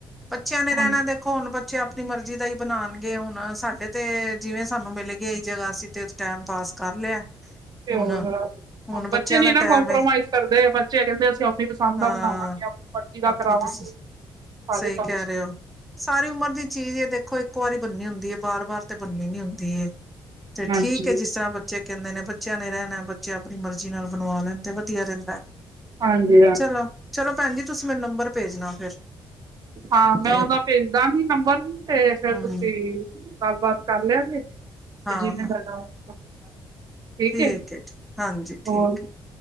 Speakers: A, in the centre; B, on the right.
A: ਬੱਚਿਆਂ ਨੇ ਰਹਿਣਾ
B: ਹੁਣ
A: ਦੇ ਦੇਖੋ ਬੱਚੇ ਆਪਣੀ ਮਰਜ਼ੀ ਦਾ ਹੀ ਬਣਾਉਣਗੇ ਹੁਣ ਸਾਡੇ ਤੇ ਜਿਵੇਂ ਸਾਨੂੰ ਮਿਲੇਗੀ ਇਹਹੀ ਜਗ੍ਹਾ ਅਸੀਂ ਤੇ ਟੈਮ ਪਾਸ ਕਰ ਲਿਆ।
B: ਤੇ
A: ਹੁਣ
B: ਹੁਣ
A: ਬੱਚਿਆਂ
B: ਬੱਚੇ ਨੀ
A: ਦਾ
B: ਨਾ
A: ਟਾਈਮ
B: ਕੰਪਰੋਮਾਈਜ਼
A: ਏ
B: ਕਰਦੇ ਬੱਚੇ ਕਹਿੰਦੇ ਅਸੀਂ ਆਪ ਪਸੰਦ
A: ਹਾਂ
B: ਦਾ ਬਣਾਵਾਂਗੇ ਆਪਣੀ ਮਰਜ਼ੀ ਦਾ
A: ਆਪਣੀ
B: ਕਰਾਵਾਂਗੇ
A: ਪਸ
B: ਸਾਰੇ
A: ਸਹੀ
B: ਕੰਮ।
A: ਕਹਿ ਰਹੇ ਹੋ। ਸਾਰੀ ਉਮਰ ਦੀ ਚੀਜ਼, ਦੇਖੋ ਇੱਕ ਵਾਰੀ ਬੰਨੀ ਹੁੰਦੀ ਹੈ, ਬਾਰ ਵਾਰ ਤੇ ਬੰਨੀ ਨੀ ਹੁੰਦੀ ਤੇ
B: ਹਾਂਜੀ
A: ਠੀਕ ਹੈ ਜਿਸ ਤਰ੍ਹਾਂ ਬੱਚੇ ਕਹਿੰਦੇ ਨੇ, ਬੱਚਿਆਂ ਨੇ ਰਹਿਣਾ, ਬੱਚੇ ਆਪਣੀ ਮਰਜ਼ੀ ਨਾਲ ਬਣਵਾ ਲੈਣ ਤੇ ਵਧੀਆ ਰਹਿੰਦਾ
B: ਹਾਂਜੀ ਹਾਂ
A: ਚਲੋ, ਚਲੋ ਭੈਣ ਜੀ ਤੁਸੀਂ ਮੈਨੂੰ ਨੰਬਰ ਭੇਜਣਾ ਫਿਰ
B: ਹਾਂ ਮੈਂ
A: ਤੇ
B: ਉਹਦਾ ਭੇਜ ਦਾਂਗੀ ਨੰਬਰ, ਤੇ ਫਿਰ
A: ਹਮ
B: ਤੁਸੀਂ ਗੱਲਬਾਤ ਕਰ ਲਿਆਗੇ ਜੇ,
A: ਹਾਂ
B: ਤੇ ਜਿਵੇਂ
A: ਹਾਂ
B: ਗ ਠੀਕ
A: ਠੀਕ
B: ਹੈ,
A: ਜੀ ਹਾਂਜੀ ਠੀਕ
B: ਹੋਰ,
A: ਹੈ